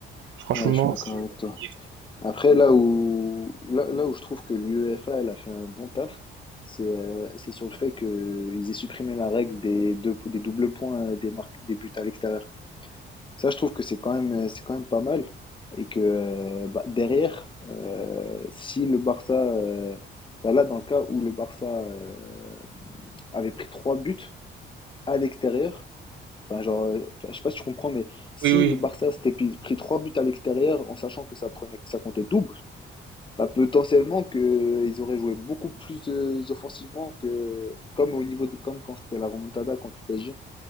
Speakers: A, on the right (about 70°); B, on the left (about 25°).
A: Franchement,
B: Ouais, je suis d'accord
A: c'est
B: avec
A: compliqué.
B: toi. Après, là où, là, là où je trouve que l'UEFA, elle a fait un bon taf, c'est euh, c'est sur le fait qu'ils aient supprimé la règle des, deux, des doubles points euh, des marques, des buts à l'extérieur. Ça, je trouve que c'est quand même, euh, c'est quand même pas mal. Et que euh, bah, derrière, euh, si le Barça, euh, bah là, dans le cas où le Barça euh, avait pris trois buts à l'extérieur, Enfin, genre, euh, je sais pas si tu comprends, mais si
A: Oui, oui,
B: le Barça s'était pi- pris trois buts à l'extérieur en sachant que ça prenait, que ça comptait double, bah, potentiellement que euh, ils auraient joué beaucoup plus euh, offensivement que comme au niveau de comme quand c'était la remontada contre le PSG.